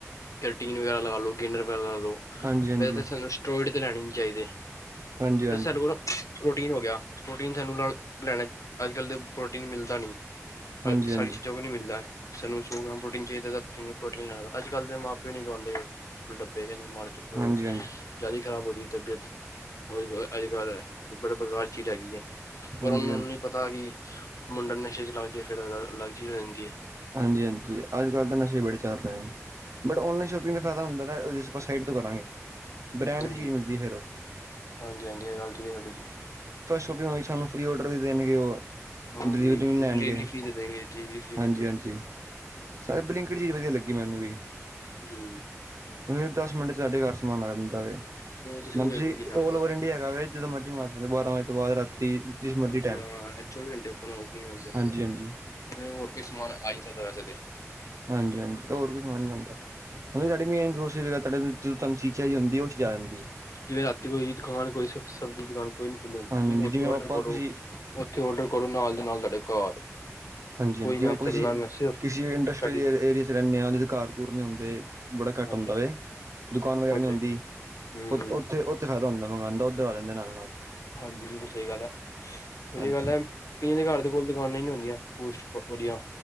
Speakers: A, on the left; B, on the right.
A: ਕੰਟੀਨ ਵਗੈਰਾ ਲਗਾ ਲਓ ਗਿਨਰ <unintelligible>
B: ਹਾਂਜੀ-ਹਾਂਜੀ,
A: ਲੈਣੇ ਨੀ ਚਾਹੀਦੇ।
B: ਹਾਂਜੀ-ਹਾਂਜੀ,
A: ਸਾਡੇ
B: ਹਾਂਜੀ-ਹਾਂਜੀ,
A: ਕੋਲ ਪ੍ਰੋਟੀਨ ਹੋ ਗਿਆ ਪ੍ਰੋਟੀਨ ਸਾਨੂੰ ਲ ਲੈਣਾ ਅੱਜ ਕੱਲ ਦੇ ਪ੍ਰੋਟੀਨ ਮਿਲਦਾ ਨੀ
B: ਹਾਂਜੀ-ਹਾਂਜੀ,
A: ਸਾਰੀ ਚੀਜ਼ਾਂ ਕੋਲ ਨਹੀਂ ਮਿਲਦਾ ਸਾਨੂੰ ਪ੍ਰੋਟੀਨ ਚਾਹੀਦਾ ਤਾਂ ਫਿਰ ਪ੍ਰੋਟੀਨ ਲੱਗਦਾ ਅੱਜ ਕੱਲ ਦੇ ਮਾਂ ਪਿਓ ਨੀ ਦਵਾਉਂਦੇ ਡੱਬੇ ਗ ਮਾਵਾਂ ਜਾਂ
B: ਹਾਂਜੀ-ਹਾਂਜੀ,
A: ਉਹ ਜ਼ਿਆਦਾ ਈ ਖਰਾਬ ਹੋ ਰਹੀ ਤਬੀਅਤ। ਅ ਅਜ ਕੱਲ ਹੈ। ਬੜਾ ਬਗਾਰ ਚੀਜ਼ ਹੈਗੀ ਹੈ। ਪਰ
B: ਹਾਂਜੀ-ਹਾਂਜੀ,
A: ਉਹਨੂੰ ਨੂੰ ਪਤਾ ਕਿ ਮੁੰਡੇ ਨਸ਼ੇ ਚ ਲੱਗ ਗਏ ਫੇਰ ਅਲਗ ਚੀਜ਼ ਹੋ ਜਾਦੀ ਹੈ।
B: ਹਾਂਜੀ ਹਾਂਜੀ ਅੱਜ ਕੱਲ੍ਹ ਤਾਂ ਨਸ਼ੇ ਬੜੇ ਚੱਲ ਰਹੇ ਨੇ ਬਟ ਔਨਲਾਈਨ ਸ਼ੋਪਿੰਗ ਦਾ ਫਾਇਦਾ ਹੁੰਦਾ। ਆਪਾਂ ਸਾਈਡ ਤੋਂ ਕਰਾਂਗੇ। ਬ੍ਰੈਂਡ
A: ਹਾਂਜੀ
B: ਦੀ ਚੀਜ਼ ਮਿਲਦੀ ਹੈ ਫੇਰ ਉਹ
A: ਹਾਂਜੀ ਹਾਂਜੀ ਇਹ ਗੱਲ ਠੀਕ ਹੈ ਤੁਹਾਡੀ ਬਿਲਕੁਲ
B: ਵੀ ਸਾਨੂੰ ਫਰੀ ਔਡਰ ਵੀ ਦੇਣਗੇ ਉਹ
A: ਹਾਂਜੀ
B: ਡਿਲੀਵਰੀ ਵੀ ਲੈਣਗੇ
A: ਡਿਲੀਵਰੀ ਫਰੀ ਦੇ ਦੇਣਗੇ ਡਿਲੀਵਰੀ ਫਰੀ ਮਿਲ
B: ਹਾਂਜੀ
A: ਜਾਂਦੀ
B: ਹਾਂਜੀ ਸਾਰੇ ਬਲਿੰਕਡ ਚੀਜ਼ ਵਧੀਆ ਲੱਗੀ ਮੈਨੂੰ ਵੀ।
A: ਹੂੰ
B: ਪੁਰੇ ਦਸ ਮਿੰਟ ਚ ਸਾਡੇ ਘਰ ਸਮਾਨ ਆ ਜਾਂਦਾ ਹੈ।
A: ਉਹ
B: ਮੈ
A: ਉਹ
B: ਤੁਸੀਂ
A: ਵੇਖ ਲਓ ਕੀ ਨਾਮ
B: ਆਲ
A: ਉਹਦਾ
B: ਓਵਰ ਇੰਡੀਆ ਹੈਗਾ ਵੇ ਜਦੋਂ ਮਰਜ਼ੀ ਬਸ ਹੁਣ‌ ਬਾਰਾਂ ਬਜੇ ਤੋ ਬਾਅਦ ਰਾਤੀ ਜਿਸ ਮਰਜ਼ੀ
A: ਹਾਂਜੀ
B: ਟਾਈਮ।
A: ਆ ਐਚ ਓਪਨ ਨਹੀਂ ਮਿਲ ਜਾਂਦਾ
B: ਹਾਂਜੀ-ਹਾਂਜੀ,
A: ਫਿਰ ਹੋਰ ਕੋਈ ਸਮਾਨ ਆ ਨਹੀਂ ਸਕਦਾ <inaudible>
B: ਹਾਂਜੀ-ਹਾਂਜੀ ਹੋਰ ਕੋਈ ਸਮਾਨ ਨੀ ਆਉਂਦਾ ਸਾਡੇ ਮੇਨ ਗਰੋ ਸਾਡੇ ਜਦੋਂ ਤੁਹਾਨੂੰ ਚੀ ਚਾਹੀ ਹੁੰਦੀ ਉਹ ਆ ਜਾਂਦੀ ਹੈ।
A: ਜਿਵੇਂ ਰਾਤੀ ਕੋਈ ਈਦ ਖਾਣ ਕੋਇਸ ਸਬਜ਼ੀ ਦੀ ਦੁਕਾਨ ਕੋਈ ਨੀ ਖੁੱਲੇ ਹੁੰਦੀ
B: ਹਾਂਜੀ-ਹਾਂਜੀ
A: ਤੁਸੀਂ ਉੱਥੇ
B: ਜਿਵੇਂ
A: ਔਡਰ
B: ਆਪਾਂ
A: ਕਰੋ
B: ਕਿਸੀ
A: ਉੱਥੇ ਔਡਰ ਕਰੋ ਨਾਲ ਦੇ ਨਾਲ ਤੁਹਾਡੇ ਘਰ
B: ਹਾਂਜੀ-ਹਾਂਜੀ
A: ਕੋਈ
B: ਜਿਵੇਂ
A: ਨਾ
B: ਕਿਸੇ
A: ਚੱਲਣਾ ਮੈਂ ਸਿਰਫ
B: ਕਿਸੇ ਇੰਡਸਟਰੀਅਲ
A: ਸਾਡੀ
B: ਏਰੀਏ 'ਚ ਰਹਿੰਦੇ ਹਾਂ ਉਹਦੇ 'ਤੇ ਘਰ ਨਹੀਂ ਆਉਂਦੇ ਬੜਾ ਘੱਟ
A: ਹਾਂਜੀ
B: ਹੁੰਦਾ ਹੈ ਦੁਕਾਨ ਵਗੈਰਾ
A: ਹਾਂਜੀ
B: ਨਹੀਂ ਆਉਂਦੀ
A: ਹੂੰ
B: ਉੱਥੇ ਉੱਥੇ ਫਾਇਦਾ ਹੁੰਦਾ ਮਕਾਨ ਦੁੱਧ ਵਲਿਆਦਾ ਮੇਰੇ ਨਾਲੋ ਨਾਲ
A: ਹਾਂਜੀ ਬਿਲਕੁਲ ਸਹੀ ਗੱਲ ਹੈ ਸਹੀ
B: ਹਾਂਜੀ,
A: ਗੱਲ ਹੈ ਕਈਆਂ ਦੇ ਘਰ ਦੇ ਕੋਲ ਦੁਕਾਨਾਂ ਹੀ ਨਹੀ ਹੁੰਦੀਆ ਫੁਸ਼ ਪਾਪੋਲੀਆ